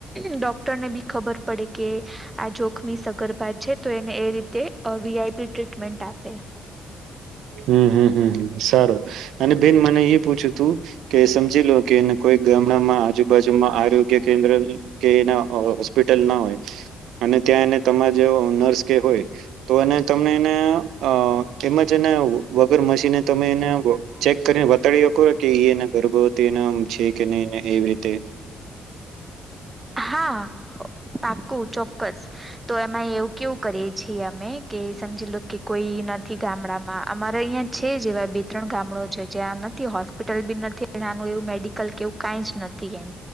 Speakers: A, on the right (about 20°); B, on the right (about 80°).
A: ડોક્ટરને બી ખબર પડે કે, આ જોખમી સગર્ભા છે તો એને એ રીતે તે અ વી આઈ પી ટ્રીટમેન્ટ આપે.
B: હમ્મ હમ્મ હમ્મ સારો અને બેન મને એ પૂછ્યું તું કે સમજી લો કે કોઈ ગામડામાં આજુબાજુમાં આગ્યકેન્દ્ર કે એના હોસ્પિટલ ના હોય અને ત્યાં એને તમારે જેવો નર્સ કે હોય તો એ તમને એને અ એમજ એને વગર મશીને તમે એને ચેક કરીને વતાડી હકો કે એ એના ગર્ભવતી એનામ છે કે ને. એવી રીતે.
A: હા પ પાકું ચોક્કસ. તો એમાં એવું કેવું કરીએ છીએ અમે કે સમજી લો કે કોઈ નથી ગામડામાં અમારે અહ્યાં છે જ એવા બે ત્રણ ગામડો છે જ્યાં નથી હોસ્પિટલ બી નથી ત્યાંનું એવું મેડિકલ કે એવું કાંઈ જ નથી એમ.